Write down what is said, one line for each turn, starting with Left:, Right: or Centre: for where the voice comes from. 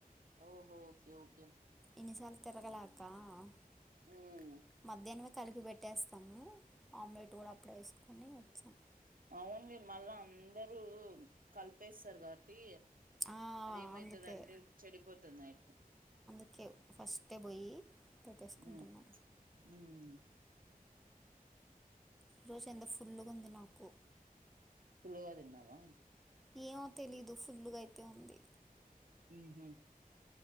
Right: ఓహో ఓకే ఓకే
Centre: ఎన్నిసార్లు తిరగలక్కా ఆ
Right: ఉమ్
Centre: మధ్యానమే కలిపి వెట్ ట్టేస్తాము ఆమ్లెట్ కూడా అప్పుడే వేసుకొని <unintelligible>
Right: అవును మళ్ళా అందరూ కలిపేస్తారు కాబట్టి
Centre: ఆ,
Right: అదేమైతది
Centre: అందుకే
Right: అంటే చెడిపోతది నైట్
Centre: ఓకే ఫస్ట్ పోయి
Right: ఉ
Centre: పెట్టేసుకుంటున్నాం రోజు ఎంత ఫుల్లుగా ఉంది నాకు
Right: ఫుల్గా తిన్నావా
Centre: ఏమో తెలీదు ఫుల్లుగా అయితే ఉంది
Right: ఉహు